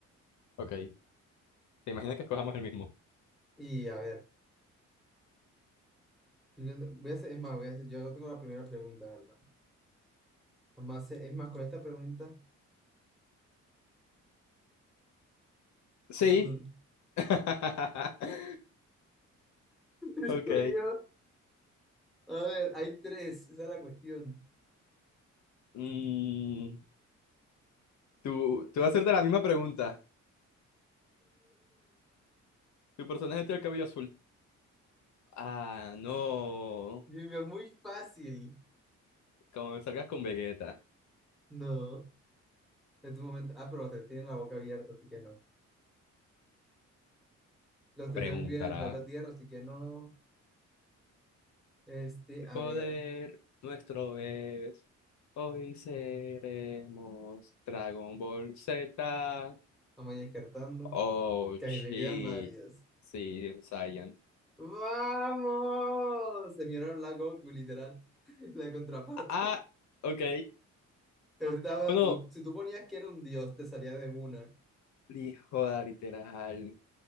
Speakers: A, on the left (about 65°); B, in the centre.
A: Ok. ¿Te imaginas que escojamos el mismo?
B: Y a ver, yo no- voy a hacer, es más, voy a hacer, yo no tengo la primera pregunta, ¿verdad? Además, eh, es más, con esta pregunta,
A: Sí.
B: <laughs> ¿dónde
A: <laughs>
B: estoy
A: Ok.
B: yo? A ver, hay tres, esa es la cuestión.
A: Mm, tú, tú vas a hacerte la misma pregunta. ¿Tu personaje tiene el cabello azul? Ah, no.
B: Jimmy, muy fácil.
A: Como me salgas con Vegeta,
B: No, en tu momento. Ah, pero se tienen la boca abierta, así que no. Los tres
A: preguntará.
B: también viven en el planeta Tierra, así que no. Este,
A: El
B: a
A: poder
B: ver,
A: nuestro es. Hoy seremos Dragon Ball Z.
B: vamos a ir descartando.
A: Oh,
B: Que
A: shit.
B: ahí me quedan varias.
A: Sí, un Saiyan.
B: ¡Vamos! Se miraron la Goku, literal. <laughs> La contraparte.
A: Ah, ok.
B: Estaba,
A: Bueno,
B: si tú- si tú ponías que era un dios, te salía de una.
A: hijo de literal.